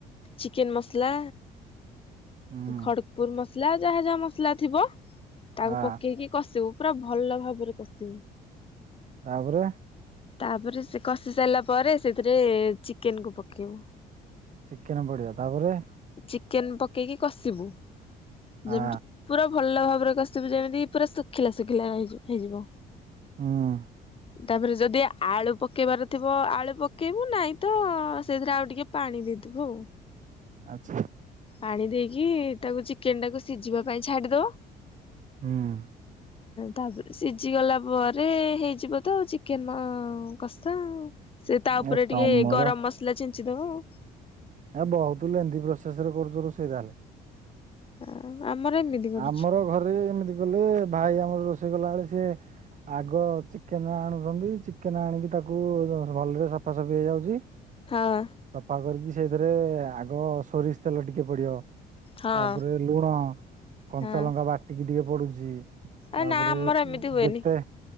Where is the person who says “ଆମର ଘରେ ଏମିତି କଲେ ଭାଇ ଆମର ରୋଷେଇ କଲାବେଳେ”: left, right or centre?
Right